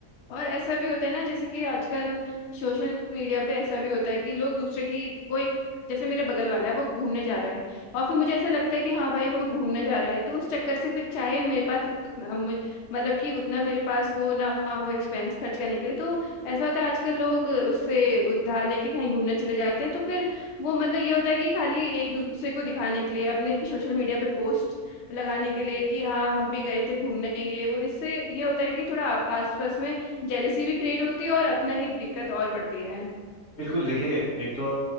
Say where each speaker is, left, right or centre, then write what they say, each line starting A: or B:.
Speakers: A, on the left; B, on the left.
A: और ऐसा भी होता है ना जैसे कि आजकल सोशल मीडिया पे ऐसा भी होता है कि लोग दूसरे की कोई जैसे मेरे बगल वाला है वो घूमने जा रहा है और फिर मुझे ऐसा लगता है कि हाँ भाई वो घूमने जा रहा है तो उस चक्कर से फिर चाहे मेरे पास उतना मुझ- मतलब कि उतना मेरे पास वो ना हो एक्सपेंस खर्च करने के लिए तो ऐसा होता है आजकल लोग उससे उधार लेके कहीं घूमने चले जाते हैं तो फिर वो मतलब ये होता है कि खाली एक दूसरे को दिखाने के लिए अपने सोशल मीडिया पे पोस्ट लगाने के लिए कि हाँ हम भी गए थे घूमने ये वो इससे ये होता है कि थोड़ा आप- आसपास में जेलेसी भी क्रिएट होती है और अपना ही दिक्कत और बढ़ती है
B: बिल्कुल देखिए एक तो